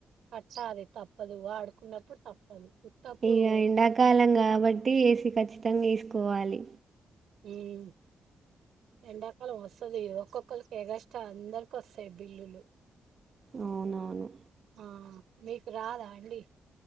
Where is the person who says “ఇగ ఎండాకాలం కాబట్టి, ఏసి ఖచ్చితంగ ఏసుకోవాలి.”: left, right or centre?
Right